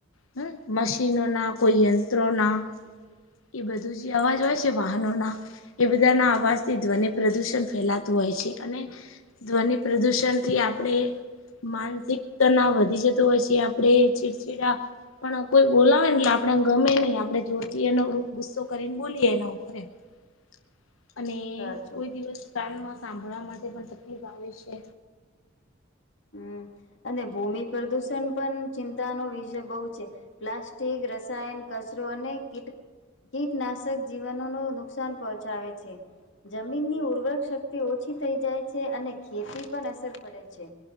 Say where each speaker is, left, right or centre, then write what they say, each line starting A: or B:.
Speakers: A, on the left; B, on the left.
A: હમ્મ મશીનોના કોઈ યંત્રોના એ બધું જે અવાજ હોય છે વાહનોના એ બધાના અવાજથી ધ્વનિ પ્રદૂષણ ફેલાતું હોય છે અને ધ્વનિ પ્રદૂષણથી આપણે માનસિક તનાવ વધી જતું હોય છે આપણે ચીડચીડા પણ કોઈ બોલાવે ને એટલે આપણે ગમે નહી આપણેે જોરથી એનો ગુસ્સો કરીને બોલીએ એના ઉપર એમ <inaudible> <unintelligible> અને
B: સાચું.
A: કોઈ દિવસ કાનમાં સાંભળવા માટે પણ તકલીફ આવે છે.
B: હમ્મ અને ભૂમિ પ્રદૂષણ પણ ચિંતાનો વિષય બહુ છે. પ્લાસ્ટિક, રસાયણ કચરો અને કીટ કીટનાશક જીવનોનુ નુકસાન પહોંચાવે છે. જમીનની ઉર્વરક શક્તિ ઓછી થઈ જાય છે અને ખેતી પણ અસર પડે છે.